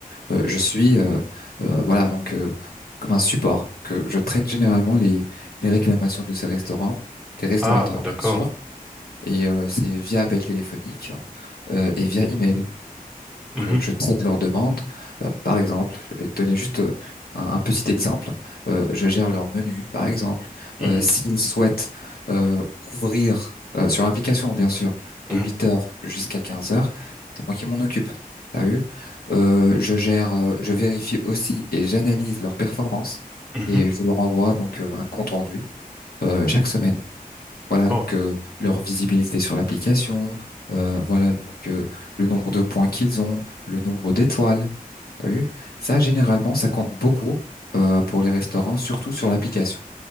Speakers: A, on the left (about 85°); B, in the centre.
A: Euh, je suis, euh, euh, voilà, donc euh, comme un support. Que je traite généralement les, les réclamations de ces restaurants, des restaurateurs,
B: Ah, d'accord.
A: bien sûr Et euh, c'est via appel téléphonique euh, et via email
B: Mhm,
A: que je traite leurs demandes. Euh, par exemple, je vais te donner juste euh, un, un petit exemple. Euh, je gère leur menu, par exemple.
B: mhm,
A: Euh, s'ils souhaitent euh, ouvrir euh, sur l'application, bien sûr,
B: mhm,
A: de 8 heures jusqu'à 15 heures, c'est moi qui m'en occupe. T'as vu? Euh, je gère, euh, je vérifie aussi et j'analyse leur performance
B: mhm.
A: et je leur envoie donc euh, un compte rendu euh, chaque semaine. Voilà,
B: Oh,
A: donc euh, leur visibilité sur l'application, euh, voilà donc, euh, le nombre de points qu'ils ont, le nombre d'étoiles. T'as vu? Ça, généralement, ça compte beaucoup euh, pour les restaurants, surtout sur l'application.